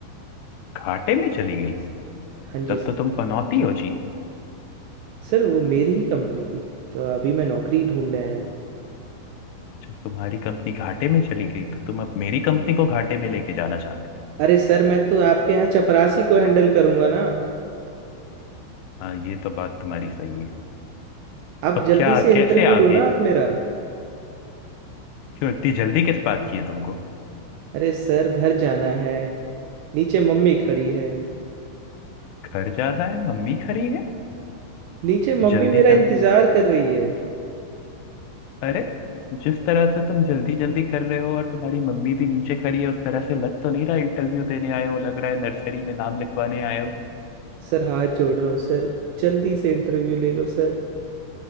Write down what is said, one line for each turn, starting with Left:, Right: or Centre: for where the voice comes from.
Left: घाटे में चली गई
Right: हाँ जी
Left: तब
Right: सर
Left: तो तुम पनौती हो जी
Right: सर वो मेरी ही कंपनी थी तो अभी मैं नौकरी ढूंढने आया हूँ
Left: जब तुम्हारी कंपनी घाटे में चली गई तो तुम अब मेरी कंपनी को घाटे में लेके जाना चाहते हो
Right: अरे सर मैं तो आपके यहाँ चपरासी को हैंडल करूँगा ना
Left: हाँ ये तो बात तुम्हारी सही है
Right: आप
Left: तो
Right: जल्दी
Left: क्या
Right: से इंटरव्यू
Left: कैसे आगे
Right: लो ना आप मेरा
Left: क्यों इतनी जल्दी किस बात की है तुमको
Right: अरे सर घर जाना है नीचे मम्मी खड़ी है
Left: घर जाना है मम्मी खड़ी है
Right: नीचे मम्मी
Left: जल्दी
Right: मेरा
Left: जल्दी
Right: इंतजार कर रही है
Left: अरे जिस तरह से तुम जल्दी जल्दी कर रहे हो और तुम्हारी मम्मी भी नीचे खड़ी है उस तरह से लग तो नहीं रहा इंटरव्यू देने आए हो लग रहा है नर्सरी में नाम लिखवाने आए हो
Right: सर हाथ जोड़ रहा हूँ सर जल्दी से इंटरव्यू ले लो सर